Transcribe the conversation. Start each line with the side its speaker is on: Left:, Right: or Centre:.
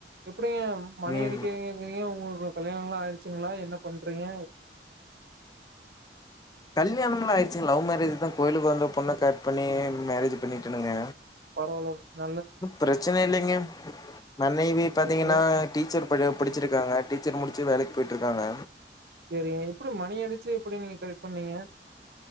Right: எப்டிங்க மணிடிக்கிற
Left: ம்
Right: ங்க உங்களுக்கு கல்யாணம்லா ஆயிடுச்சுங்களா என்ன பண்றீங்க
Left: கல்யாணலாஆயிடுச்சு லவ் மேரேஜ் தா கோயிலுக்கு வந்த பொண்ணு கரக்ட்பண்ணி மேரேஜ் பண்ணிட்டுனுங்க
Right: பரவால ந
Left: பிரச்சனை இல்லைங்க மனைவி பாத்தீங்கன்னா
Right: எப்டியோ
Left: டீச்சர் ப படிச்சிருக்காங்க டீச்சர் முடிச்சு வேலைக்கு போயிட்டு இருக்காங்க
Right: சேரி எப்டி மணி அடிச்சு எப்டி நீங்க கரெக்ட் பண்ணீங்க